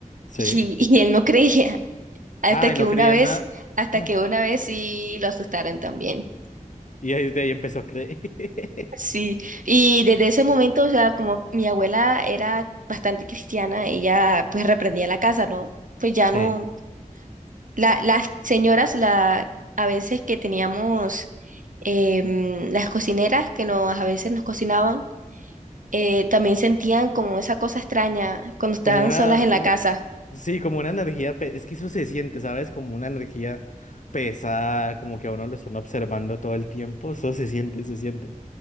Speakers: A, on the left; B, on the right.
A: Sí.
B: y, y él no creía, hasta
A: Ay,
B: que
A: no
B: una
A: creía
B: vez,
A: en nada.
B: hasta
A: Mm.
B: que una vez sí lo asustaron también.
A: Y ahí desde ahí empezó a creer. <laughs>
B: Sí, y desde ese momento, o sea, como mi abuela era bastante cristiana, ella pues reprendía la casa, ¿no? Pues ya
A: Sí.
B: no, la- las señoras, la, a veces que teníamos em, las cocineras que nos, a veces nos cocinaban, eh, también sentían como esa cosa extraña cuando estaban
A: Como una,
B: solas en la casa.
A: sí, como una energía, pe- es que eso se siente, ¿sabes? Como una energía pesada, como que a uno lo están observando todo el tiempo, eso se siente, se siente.